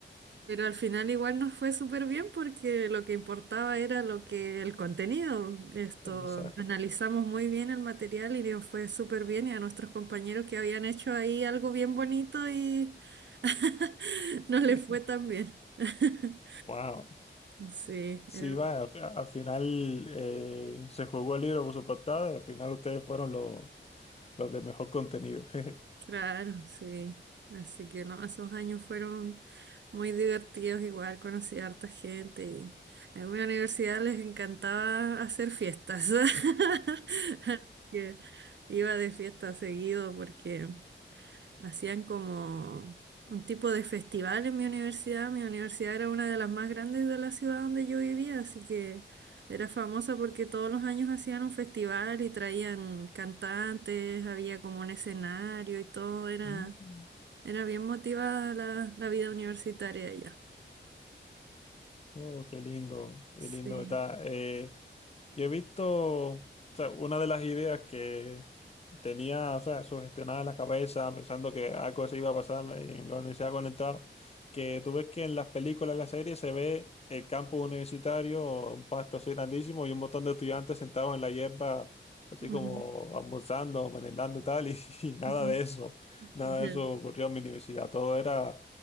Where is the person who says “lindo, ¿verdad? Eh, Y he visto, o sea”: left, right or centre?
Left